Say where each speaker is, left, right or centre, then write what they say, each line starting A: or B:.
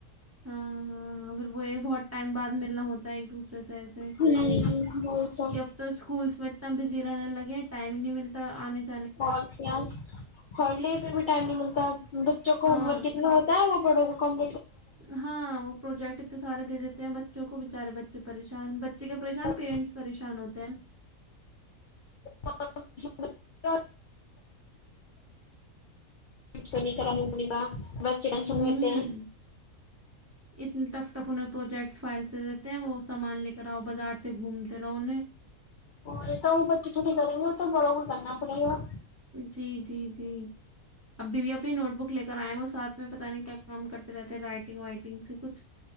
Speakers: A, on the right (about 20°); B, on the left (about 75°).
A: ہاں ہاں ہاں پھر وہ یہ بہت ٹائم بعد ملنا ہوتا ہے ایک دوسرے سے ایسے کیک
B: ہمم وہی سب
A: اب تو اسکولس میں اتنا بزی رہنے لگے ہیں ٹائم نہیں ملتا آنے سے
B: اور کیا ہالیڈیز میں بھی ٹائم نہیں ملتا بچوں کو
A: ہاں
B: ہوم ورک کتنا ہوتا ہے وہ بڑوں کو کم
A: ہاں وہ پروجیکٹ انے سارے دے دیتے ہیں بچ بچوں کو بےچارے بچے پریشان بچے کے پریشان
B: ہے
A: پیرنٹس پریشان ہوتے ہیں
B: <inaudible> کچ کو نہیں کر نہیں ہونے کاا بچے ٹینشن
A: ہوں
B: میرتے ہیں
A: اتنے ٹف ٹف انہیں پروجیکٹ فائل سے دیتے ہیں وہ سامان لے کے کراؤ بازار سے گھومتے رہوہ
B: اور تو وہ بچے چھوٹی کریں گے وہ تو بڑوں کو کرنا پڑے گا
A: جی جی جی ابھی بھی اپنی نوٹ بک لے کر آئے وہ ساتھ میں پتہ نہیں کیا کام کرتے رہتے رائٹنگ وائٹنگ سی کچھ